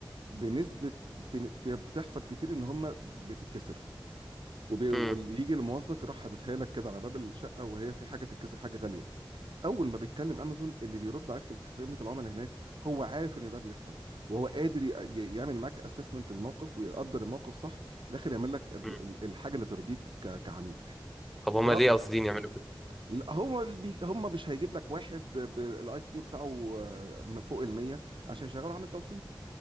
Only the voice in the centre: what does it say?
مم،
مم.
طب هما
ليه قاصدين يعملوا كده